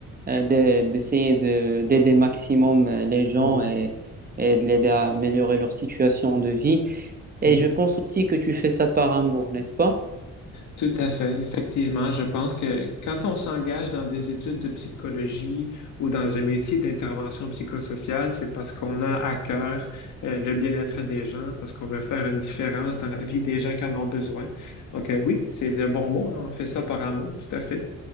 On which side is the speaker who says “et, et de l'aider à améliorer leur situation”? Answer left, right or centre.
Right